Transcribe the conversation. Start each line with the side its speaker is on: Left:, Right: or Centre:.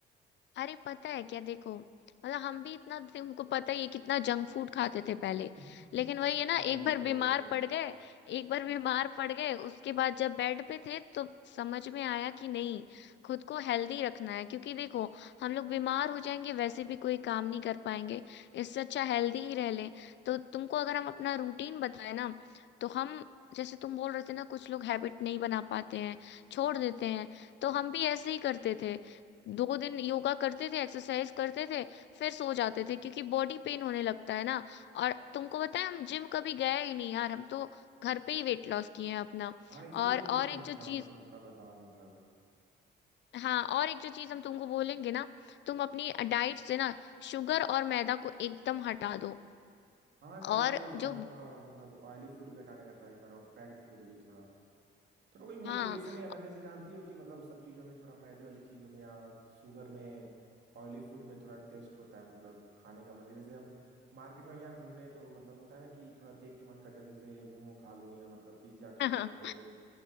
Left: अरे पता है क्या देखो मतलब हम भी इतना तुमको पता ही है कितना जंक फूड खाते थे पहले
Right: <laughs>
Left: लेकिन वही है ना
Right: हाँ
Left: एक
Right: ये
Left: बार
Right: तो
Left: बीमार
Right: है ये तो है
Left: पड़ गए एक बार बीमार पड़ गए उसके बाद जब बेड पे थे तो समझ में आया कि नहीं खुद को हेल्दी रखना है क्योंकि देखो हम लोग बीमार हो जाएंगे वैसे भी कोई काम नहीं कर पाएंगे इससे अच्छा हेल्दी ही रह लें तो तुमको अगर हम अपना रूटीन बताए ना तो हम जैसे तुम बोल रहे थे ना कुछ लोग हैबिट नहीं बना पाते हैं
Right: हाँ
Left: छोड़ देते हैं तो हम भी ऐसे ही करते थे दो दिन योगा करते थे एक्सरसाइज करते थे फिर सो जाते थे क्योंकि बॉडी पेन होने लगता है ना और तुमको पता है हम जिम कभी गए ही नहीं यार हम तो घर पे ही वेट लॉस किए हैं अपना
Right: हाँ इसीलिए
Left: और
Right: तो तुमको फोन
Left: और एक जो
Right: किया हूँ
Left: चीज
Right: कि तुम थोड़ा बताओ मतलब
Left: हाँ और एक जो चीज हम तुमको बोलेंगे ना तुम अपनी डाइट से ना शुगर और मैदा को एकदम हटा दो
Right: हाँ ट्राई
Left: और
Right: कर रहा
Left: जो
Right: हूँ थोड़ा मतलब ऑयली फूड भी हटाने का ट्राई कर रहा हूँ पैक्ड फूड भी थोड़ा थोड़ा कोई मोटिवेशन
Left: हाँ
Right: नहीं आता
Left: <laughs>
Right: जैसे जानती हो कि मतलब उस सब चीज़ों में थोड़ा मैदे वाली चीज़ों में या शुगर में ऑयली फूड में थोड़ा टेस्ट होता है मतलब खाने का मन जैसे अब मार्केट में गया घूमने तो मतलब होता है ना कि थोड़ा देख के मन कर जाता है, जैसे मोमो खा लूँ या मतलब पिज्ज़ा खा
Left: हाँ
Right: लूँ कोल्ड ड्रिंक